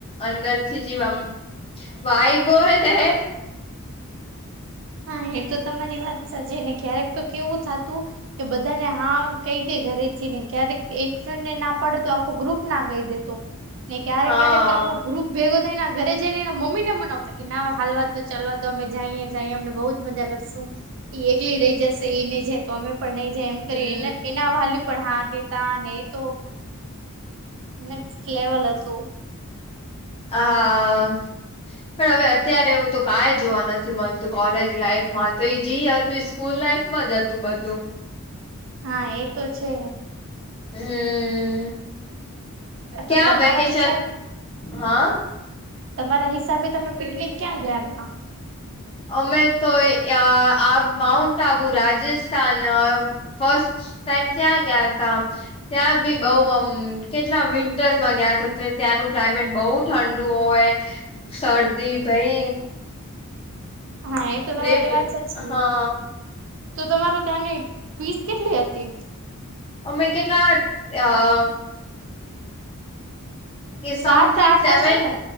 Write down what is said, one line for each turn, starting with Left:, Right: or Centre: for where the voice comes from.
Left: અંદરથી જીવ આમ વાઈબો ને
Right: હા એ તો તમારી વાત સાચે ને ક્યારેક તો કેવું થાતું કે બધાને હા કહી દે ઘરે થી ને ક્યારેક એક ફ્રેન્ડ ને ના પાડે તો આખો ગ્રુપ ના કહી દે. તો ને ક્યારેક
Left: હા
Right: ક્યારેક આખો ગ્રુપ ભેગો થઈને ઘરે જઈને એને મમ્મીને મવતા કે નાવે હાલવા દો ચાલવા દો અમે જાઈએ જાહીએ અમને બઉજ મજા કરશું. ઈ એકલી રહી જશે ઈ નહી જાય તો અમે પણ નહી જાય એમ
Left: હમ
Right: કરી એને એના વાલી્ય પણ હા કહેતા ને એ તો નેક્સટ લેવલ હતું.
Left: હા, પણ હવે અત્યારે હું તો કાઈ જોવા ન જુ મલતું કોલેજ લાઈફમાં તો જી હતું સ્કૂલ લાઈફમાં જ હતું બધું.
Right: હા, એ તો છે.
Left: હમ્મ, ક્યાં
Right: તો તમારા
Left: વેકેશન
Right: હિસાબે
Left: હા
Right: તમારા હિસાબે તમે પિકનિક ક્યાં ગયા હતા?
Left: અમે તો એ આ આ માઉન્ટ આબુ રાજસ્થાન અહ ફસ્ટ ટાઈમ ત્યાં ગયા તા ત્યાં બી બઉ આમ કેટલા વિન્ટર્સમાં ગયા તે ત્યાં નું ક્લાઇમેટ બઉ ઠંડુ હોય શરદી ભઈ
Right: હા, એ તો તમારી
Left: રે
Right: વાત સાચી.
Left: હા
Right: તો તતમારું ત્યાંની ફીસ કેટલી હતી?
Left: અમે કેટલા અહ કે સમથિંગ
Right: સાત આઠ
Left: સેવન
Right: હશે ને